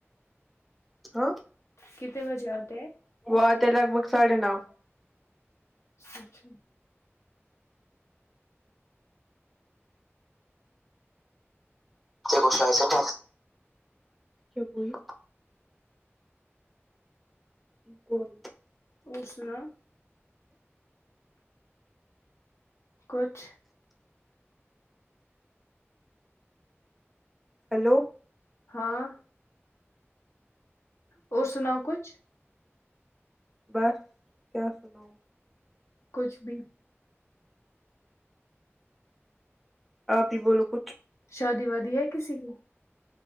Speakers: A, in the centre; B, on the left.
A: ہاں
B: کتنے بجے آتے ہیں
A: وہ آتے لگ بھگ ساڑھے نو
B: اچھا
A: <unintelligible> کیا کوئی کون
B: اور سنا کچھ
A: ہیلو
B: ہاں اور سناؤ کچھ
A: بس کیا سناؤ
B: کچھ بھی
A: آپ ہی بولو کچھ
B: شادی وادی ہے کسی کی